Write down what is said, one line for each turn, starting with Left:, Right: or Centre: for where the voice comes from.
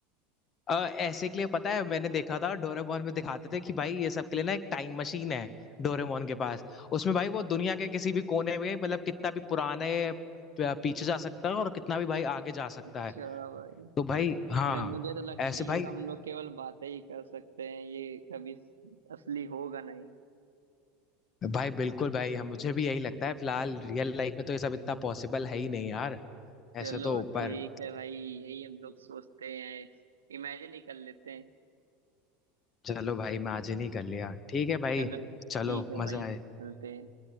Left: अ, ऐसे के लिए पता है मैंने देखा था डोरेमोन में दिखाते थे कि भाई ये सब के लिए ना एक टाइम मशीन है डोरेमोन के पास उसमें भाई वो दुनिया के किसी भी कोने में मतलब कितना भी पुराने पीछे जा सकता है और कितना भी भाई आगे जा सकता
Right: अच्छा
Left: है
Right: भाई
Left: तो भाई हाँ
Right: अरे मुझे तो लगता
Left: ऐसे
Right: है
Left: भाई
Right: ये सब हम लोग केवल बातें ही कर सकते हैं ये कभी असली होगा नहीं
Left: भाई बिल्कुल भाई हम मुझे भी यही लगता है फिलहाल रियल लाइफ में तो ये सब इतना पॉसिबल है ही नहीं यार
Right: चलो
Left: ऐसे तो ऊपर
Right: ठीक है भाई यही हम लोग सोचते हैं इमेजिन ही कर लेते हैं
Left: चलो भाई मैं आज ही नहीं कर लिया ठीक है भाई
Right: चलो
Left: चलो
Right: ठीक है
Left: मजा
Right: भाई
Left: आया
Right: चलते हैं